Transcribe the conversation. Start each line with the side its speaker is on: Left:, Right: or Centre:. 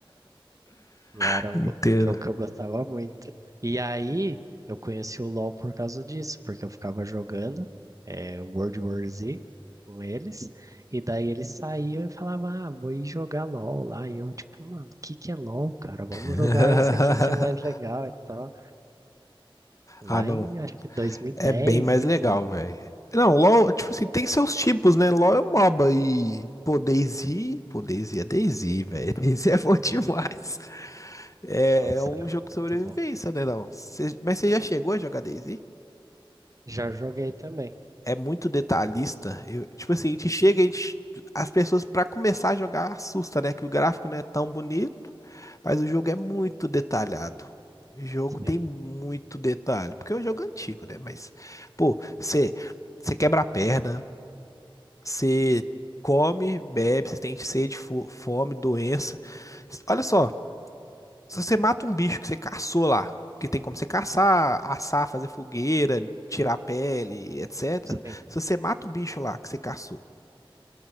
Right: Mas era
Left: <laughs> Inteiro.
Right: um, go- um jogo que eu gostava muito. E aí eu conheci o LoL por causa disso, porque eu ficava jogando eh, World War Z com eles, e daí eles saíam e falavam, ah, vou ir jogar LoL lá. E eu, tipo, mano, o que que é LoL, cara? Vamos
Left: <laughs>
Right: jogar esse aqui que é mais legal e tal. Lá
Left: Ah, não.
Right: em, acho que 2010,
Left: É bem mais
Right: isso.
Left: legal, velho. Não, LOL, tipo assim, tem seus tipos, né? LOL é um MOBA e. Pô, DayZ. Pô, DayZ é DayZ, velho. <laughs> DayZ é bom demais. É,
Right: Nossa,
Left: é um
Right: era
Left: jogo de
Right: muito
Left: sobrevivência,
Right: bom.
Left: né, não? Cê- mas você já chegou a jogar DayZ?
Right: Já joguei também.
Left: É muito detalhista. Eu- tipo assim, a gente chega, a gente, as pessoas pra começar a jogar assusta, né? Que o gráfico não é tão bonito, mas o jogo é muito detalhado. O jogo
Right: Sim,
Left: tem muito detalhe, porque é um jogo antigo, né? Mas, pô, você você quebra a perna, você come, bebe, você tem sede, fo- fome, doença. Olha só. Se você mata um bicho que você caçou lá, porque tem como você caçar, assar, fazer fogueira, tirar a pele, etc.
Right: sim,
Left: Se você mata o bicho lá que você caçou